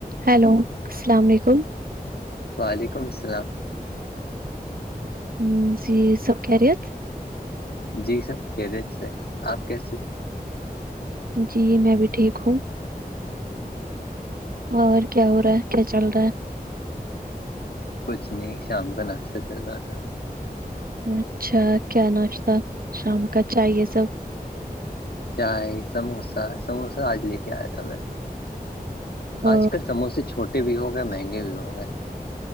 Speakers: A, on the right (about 65°); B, on the left (about 80°).
A: Hello السلام علیکم
B: وعلیکم السلام
A: ہ جی سب کی رت
B: جی سب کریج سے ہے آپ کیسے
A: جی میں بھی ٹھیک ہوں
B: ھممم
A: اور کیا ہو رہا ہے کیا چل رہا ہے
B: کچنی سامک کو ناشتا چل آ تھا
A: اچھا کیا ناشتہ شام کا چاہیے سب
B: چائے سموسہ سموسہ آج لے کے آیا تھا میں
A: آ،
B: آج کل سموسے چھوٹے بھی ہو گئے مہنگے بھی ہو گئے